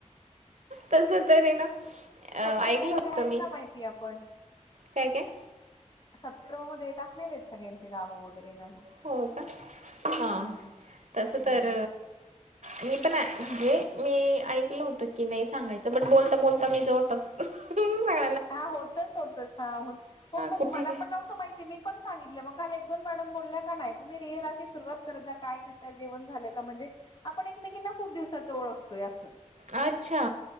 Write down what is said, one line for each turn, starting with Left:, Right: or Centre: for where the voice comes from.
Right: तस तरी ना अ
Left: सत्कर्मामध्ये
Right: ऐकलं होतं
Left: आहेत
Right: मी
Left: ना माहिती आपण
Right: काय काय.
Left: सत्कर्मामध्ये टाकलेले आहेत सगळ्यांची गावं वगैरे ना
Right: हो का
Left: हम्म
Right: हां तसं
Left: हम्म
Right: तर
Left: हम्
Right: मी पण म्हणजे मी ऐकल होतो की नाही सांगायचं बण बोलता बोलता मी जवळपास ह् सांग
Left: हा होतच होतच हा हो हो मग
Right: कुठे
Left: मला पण नव्हतं माहिती मी पण सांगितलं मग काल एक दोन मॅडम बोलल्या का नाय तुम्ही रिअल अशी सुरुवात करत जा काय कशा जेवण झाल्या का म्हणजे आपण एकमेकीना खूप दिवसाच ओळखतोय अस.
Right: अच्छा